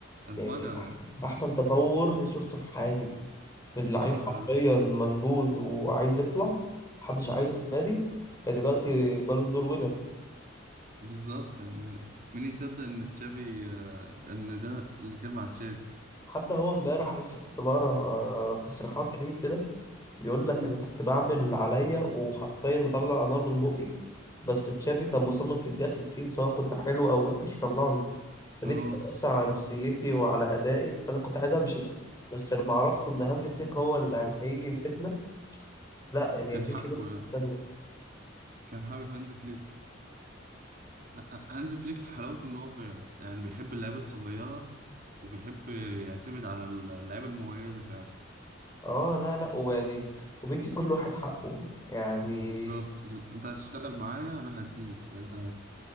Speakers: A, on the right (about 45°); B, on the left (about 15°).
A: انفجر
B: يعني احسن
A: يعني
B: احسن تطور شفته في حياتي من لعيب
A: اه
B: حرفيا
A: أنا مش
B: منبوذ وعايز يطلع محدش
A: مم،
B: عايزه في النادي كدلوقتي بالون دور وينر
A: بالظبط يعني مين يصدق ان تشافي آه، ان ده اللي كان مع تشافي
B: حتى هو امبارح لسه كنت بقرا آه، تصريحات ليه كده بيقول لك
A: مم،
B: انا كنت بعمل اللي عليا وحرفيا بطلع نار من بقي بس تشافي كان مصمم في الدقيقة 60 سواء كنت حلو او وحش يطلعني فدي
A: اه
B: كانت بتأثر على نفسيتي وعلى أدائي فأنا كنت عايز أمشي بس لما عرفت إن هانزي فليك هو اللي هيجي يمسكنا لا يعني
A: كان
B: اديت
A: حبه
B: لنفسي
A: يعني
B: في الدنيا
A: كان حابب هانز فليك ه- آه، هانز فليك حلاوته ان هو بي... يعني بيحب اللعيبه الصغيره وبيحب يعتمد على اللعيبه المميزه فعلا
B: اه لا لا ويعني وبيدي كل واحد حقه يعني
A: بالظبط ال- انت هتشتغل معايا انا هديك انت هت...